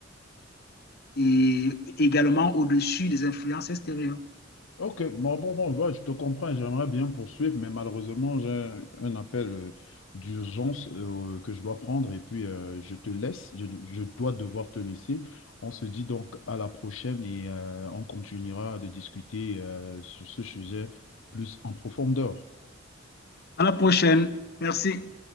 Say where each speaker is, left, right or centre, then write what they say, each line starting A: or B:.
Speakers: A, on the left; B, on the left.
A: est également au-dessus des influences extérieures.
B: Ok, bon, bon, bon, ouais, je te comprends, j'aimerais bien poursuivre, mais malheureusement, j'ai un un appel euh, d'urgence euh, que je dois prendre et puis euh, je te laisse, je, je dois devoir te laisser. On se dit donc à la prochaine et euh, on continuera de discuter euh, sur ce sujet plus en profondeur.
A: À la prochaine. Merci.